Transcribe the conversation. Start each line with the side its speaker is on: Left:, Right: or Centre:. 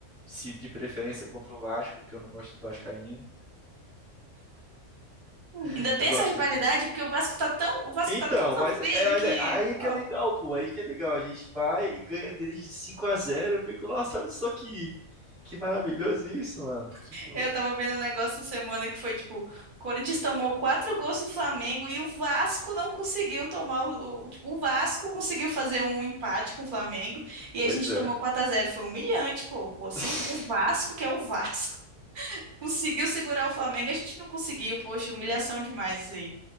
Centre: se de preferência contra o Vasco, que eu não gosto de vascaíno. <laughs>
Right: Ainda tem
Centre: Eu gosto.
Right: essa rivalidade, porque o Vasco tá tão, o Vasco
Centre: Então,
Right: tá tão sofrido
Centre: mas é, mas
Right: que.
Centre: é, aí é que
Right: pô,
Centre: é legal, pô, aí que é legal. A gente vai e ganha deles de 5 a zero Eu fico, nossa, olha só que que maravilhoso isso, mano. Tipo,
Right: Eu tava vendo um negócio essa semana que foi tipo, o Corinthians tomou quatro gols do Flamengo e o Vasco não conseguiu tomar o, o- tipo, o Vasco conseguiu fazer um empate com o Flamengo e
Centre: pois
Right: a gente
Centre: é.
Right: tomou 4 a zero Foi humilhante, pô. Pô, se
Centre: <laughs>
Right: o, o Vasco, que é o Vasco, <laughs> conseguiu segurar o Flamengo, a gente não conseguiu. Poxa, humilhação demais isso aí.